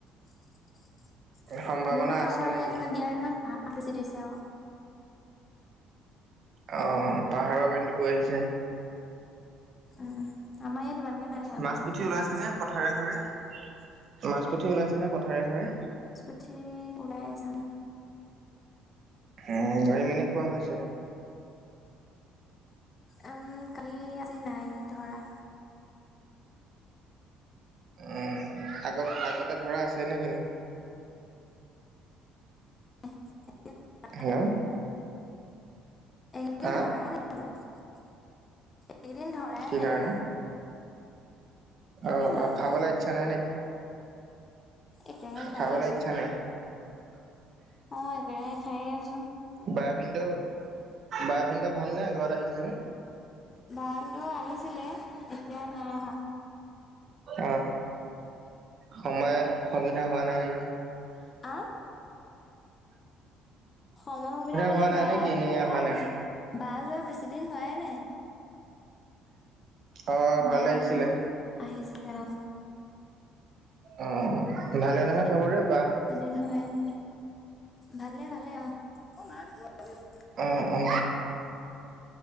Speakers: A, on the left (about 30°); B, on the right (about 50°).
A: বৰষুণটো
B: সম্ভাৱনা আছে
A: আমাৰ
B: নেকি?
A: ইয়াত ইমান দিয়া নাই নহয় পাহাৰত বেছি দিছে অ'ক
B: অ পাহাৰৰ পানীটো বৈ আহিছে
A: উম আমাৰ ইয়াত ইমানকে নাইদিয়া
B: মাছ
A: পাহাৰত
B: পুঠি
A: বেছি
B: ওলাইছে
A: দিছে।
B: নে পথাৰে ঘৰে মাছ পুঠি ওলাইছে নে পথাৰে ঘৰে
A: পুঠি ওলাই আছে উম
B: উম ধৰি মেলি খোৱা হৈছে
A: উম কালি আজি নাই ধৰা
B: উম আগত আগতে ধৰা আছে নে কিনো
A: <unintelligible>
B: হেল্ল'
A: এইকেইদিন
B: হা
A: ধৰাই নাই বোলো, এইকেইদিন ধৰাই
B: কি
A: নাই
B: কাৰণে
A: এনেই
B: অ
A: ধৰা
B: অ
A: নাই
B: খাবলে ইচ্ছা নাই নেকি?
A: একেৰাহে খাইে
B: খাবলৈ
A: আছো।
B: ইচ্ছা নাই
A: অ একেৰাহে খাইয়ে আছো
B: বাই ভিন্ধ বাই ভিন্ধ ভাল নে ঘৰ আহিছে নে
A: বা ভিন্দ আহিছিলে এতিয়া নাই অহা
B: অ সময় সুবিধা হোৱা নাই নেকি
A: আ সময় সুবিধা মানে
B: হোৱা নাই
A: বায়ে
B: নেকি
A: ভিন্ধৱে
B: নে অহা নাই
A: বা যোৱা বেছি দিন হোৱায়ে নাই
B: অ ঘৰলে
A: বা
B: আহিছিলে
A: আহিছিলে অ
B: অ ভালে নহয় চবৰে বা
A: দুদিন হোৱাই নাই, ভালে ভালে অ অ, নাৰপুৰত আহি আছো
B: অ অ